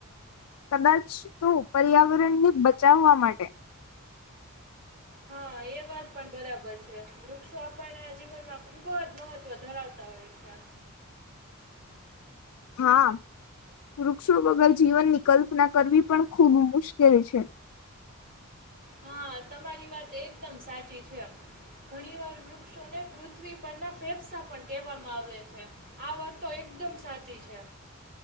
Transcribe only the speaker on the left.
કદાચ તો પર્યાવરણને બચાવવા માટે.
હા વૃક્ષો વગર જીવનની કલ્પના કરવી પણ ખૂબ મુશ્કેલ છે.